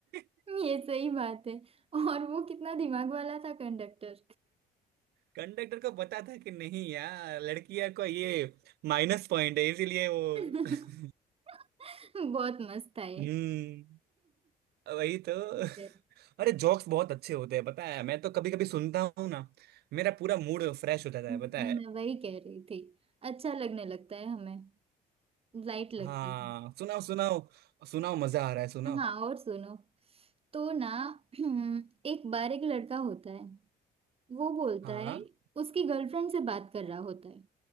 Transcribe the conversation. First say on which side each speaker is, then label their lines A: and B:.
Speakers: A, on the right; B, on the right.
A: <laughs>
B: ये सही बात है और वो कितना दिमाग वाला था कंडक्टर
A: कंडक्टर को पता था कि नहीं यार लड़कियां को ये माइनस पॉइंट है इसीलिए वो
B: <laughs>
A: <laughs>
B: बहुत मस्त था
A: हम्म वही तो
B: ये <laughs>
A: अरे जोक्स बहुत अच्छे होते हैं पता है मैं तो कभी कभी सुनता हूँ ना मेरा पूरा मूड फ्रेश हो जाता है
B: मैं
A: पता है
B: वही कह रही थी अच्छा लगने लगता है हमें लाइट लगता
A: हाँ
B: है
A: सुनाओ सुनाओ सुनाओ मजा आ रहा है सुनाओ
B: हाँ और सुनो तो ना <clears throat> एक बार एक लड़का होता है वो बोलता
A: हाँ
B: है उसकी गर्लफ्रेंड से बात कर रहा होता है